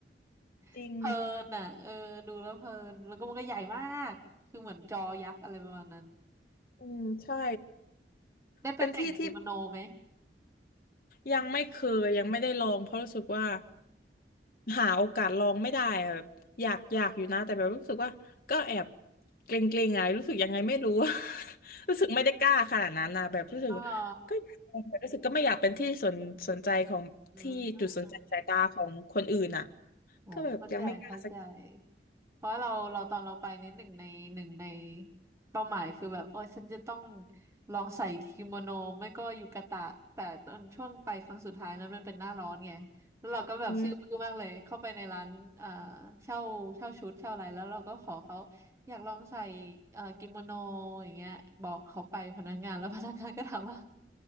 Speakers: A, on the right; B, on the left.
A: <laughs>
B: จริง
A: เพลินอ่ะเออดูแล้วเพลินแล้วก็มันก็ใหญ่มากคือเหมือนจอยักษ์อะไรประมาณนั้น
B: อืมใช่
A: ได้ไปแต่งกิโมโนไหม
B: เป็นที่ที่ยังไม่เคยยังไม่ได้ลองเพราะรู้สึกว่าหาโอกาสลองไม่ได้อะแบบอยากอยากอยู่นะแต่แบบรู้สึกว่าก็แอบเกรงๆอะรู้สึกยังไงไม่รู้ <laughs> รู้สึกไม่ได้กล้าขนาดนั้นนะแบบรู้สึก
A: อ๋อเหรอ
B: ก็อยากลองแต่รู้สึกก็ไม่อยากเป็นที่สนสนใจของที่จุดสนใจสายตาของคนอื่นอ่ะ
A: อืม อ๋อเข้าใจเข้าใจ
B: ก็แบบยังไม่กล้าสักที
A: เพราะเราเราตอนเราไปนิดหนึ่งในหนึ่งในเป้าหมายคือแบบโอ้ยฉันจะต้องลองใส่กิโมโนไม่ก็ยูกาตะแต่ตอนช่วงไปครั้งสุดท้ายนั้นมันเป็นหน้าร้อนไงแล้วเราก็แบบซื้อบื้อมากเลยเข้าไปในร้านเอ่อ
B: อืม
A: เช่าเช่าชุดเช่าอะไรแล้วเราก็ขอเขาอยากลองใส่เอ่อกิโมโนอย่างเงี้ยบอกเขาไปพนักงานแล้วพนักงานก็ถามว่า